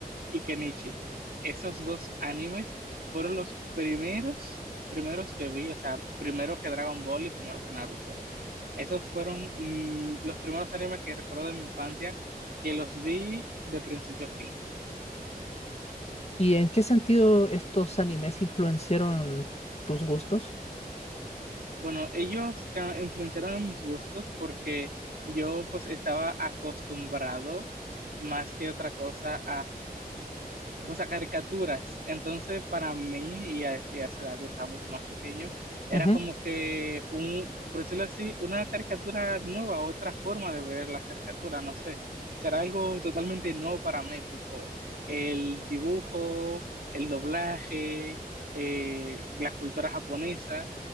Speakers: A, on the right; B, on the left.
A: y Kenichi. Esos dos animes fueron los primeros, primeros que vi, o sea, primero que Dragon Ball y primero que Naruto. Esos fueron mm, los primeros animes que recuerdo de mi infancia, que los vi de principio a fin.
B: ¿Y en qué sentido estos animes influenciaron tus gustos?
A: Bueno, ellos ca- influenciaron en mis gustos porque yo pues estaba acostumbrado más que otra cosa O sea, caricaturas. Entonces, para mí, y a, y a esa edad yo estaba mucho más pequeño, era
B: Ujú,
A: como que un, por decirlo así, una caricatura nueva, otra forma de ver la caricatura, no sé. Será algo totalmente nuevo para mí, tipo el dibujo, el doblaje, eh, la cultura japonesa.